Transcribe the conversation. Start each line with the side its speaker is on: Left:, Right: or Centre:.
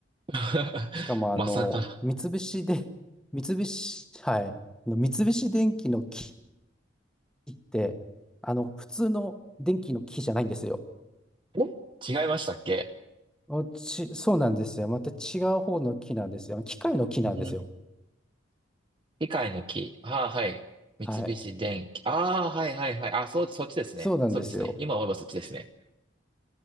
Right: <laughs>
Centre: しかも、あの、
Right: まさか。
Centre: 三菱で、三菱、はい。あの三菱電機の木って、あの、普通の電気の木じゃないんですよ。
Right: え違いましたっけ
Centre: おち、そうなんですよ。また違う方の木なんですよ。機械の木なんですよ。
Right: うん。機械の木。ああ、はい。三菱電機。
Centre: はい。
Right: ああ、はいはいはい。あ、そう、そっちですね。
Centre: そうなんですよ。
Right: そうですね。今思えばそっちですね。